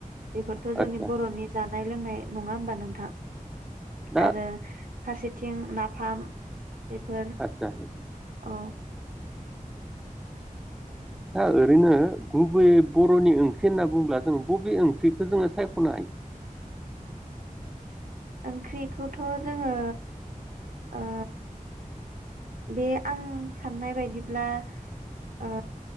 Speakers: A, on the right (about 70°); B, in the centre.
A: बेफोरथ' जोंनि
B: आदसा
A: बर'नि जा जानाय लोंनाय नंङा होमबा नोंथां
B: दा
A: आरो फारसेथिं नाफाम बेफोर
B: आतसा
A: औ
B: दा ओरैनो गुबैयै बर'नि ओंख्रि होनना बुंङोब्ला जों बबे ओंख्रिखौ जोंङो सायख'नो हायो?
A: ओंख्रिखौथ' जोंङो ओ बे आं साननाय बायदिब्ला ओ